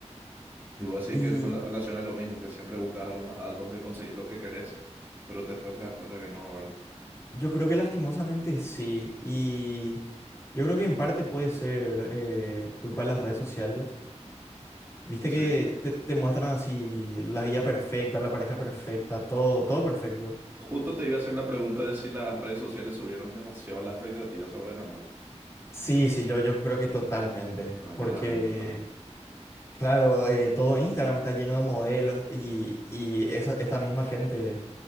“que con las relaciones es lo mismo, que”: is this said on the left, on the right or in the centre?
Right